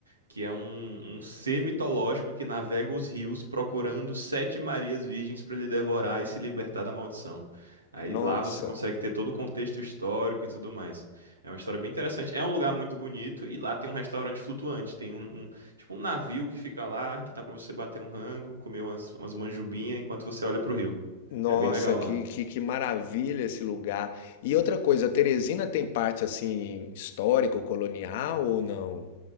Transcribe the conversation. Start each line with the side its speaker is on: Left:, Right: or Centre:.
Right: que é um, um ser mitológico que navega os rios procurando sete Marias virgens para ele devorar e se libertar da maldição. Aí
Left: nossa,
Right: lá você consegue ter todo o contexto histórico e tudo mais. É uma história bem interessante. É um lugar muito bonito e lá tem um restaurante flutuante. Tem um, um- tipo um navio que fica lá, que dá para você bater um rango, comer umas, umas manjubinhas enquanto você olha pro rio.
Left: nossa,
Right: É bem legal
Left: que,
Right: lá.
Left: que, que maravilha esse lugar. E outra coisa, Teresina tem parte assim histórico-colonial ou não?